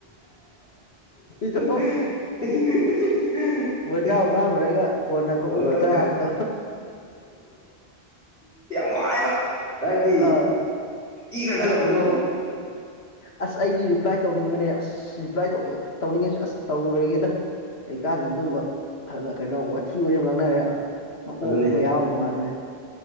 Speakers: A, on the left (about 75°); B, in the centre.
A: ꯆ
B: <unintelligible>
A: ꯋꯦꯖꯥꯎ ꯉꯥꯡꯉꯨꯔꯒ ꯀꯣꯟꯅ ꯀꯣꯛ
B: ꯍꯣꯏ
A: ꯆꯥꯕꯗꯣ
B: ꯋꯥꯥꯏꯕ ꯍꯥꯏꯗꯤ
A: ꯑꯥ
B: ꯏꯒ ꯈꯜꯂꯛꯄꯗꯣ
A: ꯑꯁ ꯑꯩꯗꯤ ꯔꯤꯄ꯭ꯂꯥꯏ ꯇꯧꯅꯤꯡꯕꯅꯦ ꯑꯁ ꯔꯤꯄ꯭ꯂꯥꯏ ꯇꯧꯅꯤꯡ ꯇꯧꯅꯤꯡꯉꯁꯨ ꯑꯁ ꯇꯧꯔꯣꯏꯒꯦꯗ ꯀꯩꯀꯥꯟꯅ ꯑꯗꯨꯕ ꯑꯗꯨ ꯀꯩꯅꯣ ꯋꯥꯊꯤ ꯋꯥꯦ ꯉꯥꯡꯅꯔꯦ ꯃꯀꯣꯛꯅ
B: ꯑꯗꯨꯅꯦ
A: ꯌꯥꯎꯋꯗ ꯃꯥꯗꯅꯦ